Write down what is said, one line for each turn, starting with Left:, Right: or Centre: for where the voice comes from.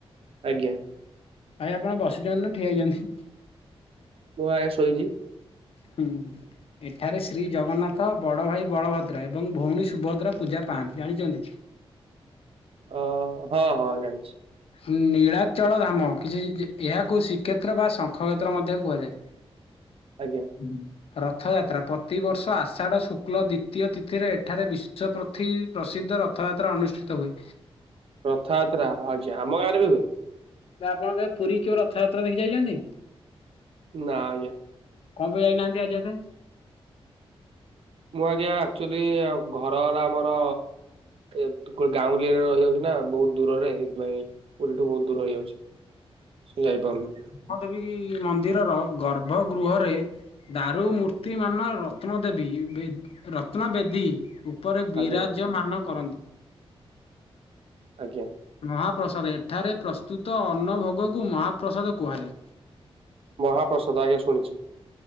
Right: ଆଜ୍ଞା।
Left: ଭାଇ ଆପଣ ବସିଛନ୍ତି ନା ଠିଆ ହେଇଛନ୍ତି।
Right: ପୁଅ ଆଗେ ଶୋଇଛି।
Left: ହୁଁ ହୁଁ। ଏଠାରେ ଶ୍ରୀ ଜଗନ୍ନାଥ, ବଡ଼ ଭାଇ ବଳଭଦ୍ର, ଏବଂ ଭଉଣୀ ସୁଭଦ୍ରା, ପୂଜା ପାଆନ୍ତି ଜାଣିଛନ୍ତି।
Right: ଅ ହଁ ହଁ ଜାଣିଛି।
Left: ଇଁ ନୀଳାଚଳ ଧାମ କିଛି ଏହାକୁ ଶ୍ରୀକ୍ଷେତ୍ର ବା ଶଙ୍ଖ କ୍ଷେତ୍ର ମଧ୍ୟ କୁହାଯାଏ।
Right: ଆଜ୍ଞା।
Left: ହୁଁ। ରଥଯାତ୍ରା ପତିବର୍ଷ ଆଷାଢ଼ ଶୁକ୍ଲ ଦ୍ଵିତୀୟ ତିଥିରେ ଏଠାରେ ବିଶ୍ୱ ପ୍ରଥି ପ୍ରସିଦ୍ଧ ର ରଥଯାତ୍ରା ଅନୁଷ୍ଠିତ ହୁଏ।
Right: ରଥଯାତ୍ରା ହଁ ଆଜ୍ଞା ଆମ ଗାଁରେ ବି ହୁଏ।
Left: ବା ଆପଣ କେବେ ପୁରୀ କିଉ ରଥଯାତ୍ରା ଦେଖି ଯାଇଚନ୍ତି?
Right: ନାଁ ଆଜ୍ଞା।
Left: କଣ ପାଇଁ ଯାଇନାହାନ୍ତି ଆଜିଏତେ?
Right: ମୁଁ ଆଜ୍ଞା ଆକ୍ଚୁଆଲି ଘର ହେଲା ଆମର ଏତ୍ ଗାଁଉଲିରେ ରହିଯାଉଚୁ ନା ବହୁତ୍ ଦୂରରେ। ସେଇଥିପାଇଁ ପୁରୀଠୁ ବହୁତ୍ ଦୂର ହେଇଯାଉଚି। ସେ ଯାଇପାରୁନି।
Left: ହଁ ଦେବୀ ମନ୍ଦିରର ଗର୍ଭ ଗୃହରେ ଦାରୁ ମୂର୍ତ୍ତି ମାନ ରତ୍ନ ଦେବୀ ବେ ରତ୍ନ ବେଦୀ। ଉ ଉପରେ ବିରାଜ୍ଯମାନ
Right: ଆଜ୍ଞା
Left: କରନ୍ତି।
Right: ଆଜ୍ଞା।
Left: ମହାପ୍ରସାଦ ଏଠାରେ ପ୍ରସ୍ତୁତ ଅନ୍ନ ଭୋଗକୁ ମହାପ୍ରସାଦ କୁହାଯାଏ।
Right: ମହାପ୍ରସାଦ ଆଜ୍ଞା ଶୁଣିଚି।